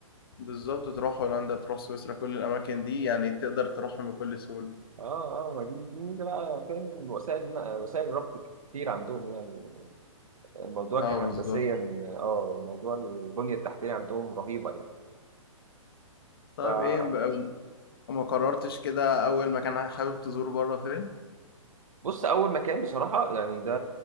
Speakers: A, on the left; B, on the right.
A: بالظبط تروح هولندا تروح سويسرا كل الاماكن دي يعني تقدر تروحهم بكل سهوله
B: اه اه ما دي دي ميزه بقى فاهم وسائل وسائل الربط كتير عندهم يعني الموضوع
A: اه
B: كهندسيا
A: بالظبط
B: اه الموضوع البنية التحتية عندهم رهيبة يعني
A: طيب
B: فبص
A: ايه بقى ما قررتش كده اول مكان حابب تزور بره فين
B: أول مكان بصراحة يعني ده